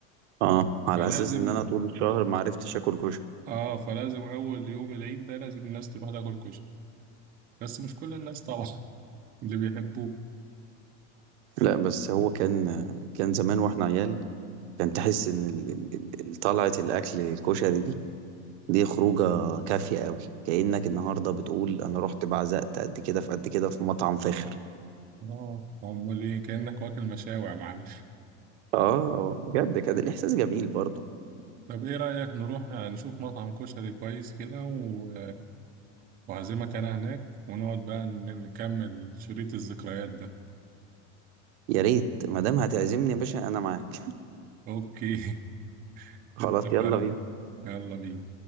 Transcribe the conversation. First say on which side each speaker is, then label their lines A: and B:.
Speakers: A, on the right (about 70°); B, on the right (about 25°).
A: اه على
B: فلازم
A: اساس ان انا طول الشهر ما عرفتش اكل كشري
B: اه فلازم اول يوم العيد ده لازم الناس تروح تاكل كشري بس مش كل الناس طبعا اللي بيحبوه
A: لأ، بس هو كان كان زمان وإحنا عيال، كان تحس إن ال ال ال ال طلعة الأكل الكشري دي، دي خروجة كافية أوي، كأنك النهارده بتقول أنا رُحت بعزقت قد كده في قد كده في مطعم فاخر.
B: اه امال ايه كأنك واكل مشاوي يا معلم <laughs>
A: آه، بجد كان الإحساس جميل برضه.
B: طب ايه رأيك نروح نشوف مطعم كشري كويس كده و... وعزمك انا هناك ونقعد بقى ن- نكمل شريط الذكريات ده
A: يا ريت ما دام هتعزمني يا باشا أنا معاك.
B: اوكي <laughs>
A: <laughs>
B: اتفقنا
A: خلاص يالّا بينا.
B: يلا بينا